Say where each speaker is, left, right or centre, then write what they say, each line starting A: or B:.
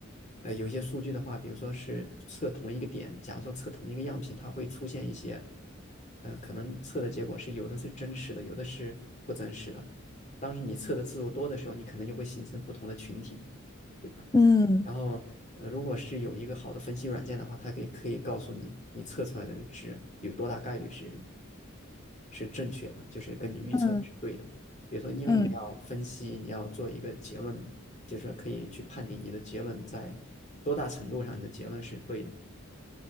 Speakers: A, on the left (about 35°); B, on the left (about 15°).
A: 呃，有一些数据的话，比如说是测同一个点，假如说测同一个样品，它会出现一些，呃，可能测的结果是有的是真实的，有的是不真实的。当时你测的次数多的时候，你可能就会形成不同的群体，对吧？
B: 嗯
A: 然后，呃，如果是有一个好的分析软件的话，它可以可以告诉你，你测出来的值有多大概率是是正确的，就是跟你预测的是对的。
B: 嗯
A: 比如说，因为你要分析，
B: 嗯
A: 你要做一个结论嘛，就是可以去判定你的结论在多大程度上你的结论是对的。